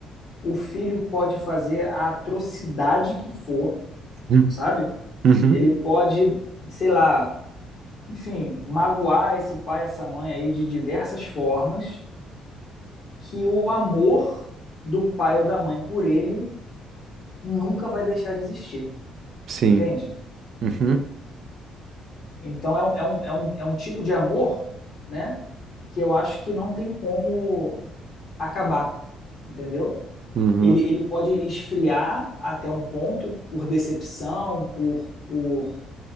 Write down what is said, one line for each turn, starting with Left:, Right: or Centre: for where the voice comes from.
Left: o filho pode fazer a atrocidade que for,
Right: Hum.
Left: sabe?
Right: Uhum.
Left: Ele pode, sei lá, enfim, magoar esse pai, essa mãe aí de diversas formas que o amor do pai ou da mãe por ele nunca vai deixar de existir,
Right: Sim.
Left: entende?
Right: Uhum.
Left: Então é um, é um, é um, é um tipo de amor, né, que eu acho que não tem como acabar, entendeu?
Right: Uhum.
Left: Ele, ele pode esfriar até um ponto por decepção, por, por,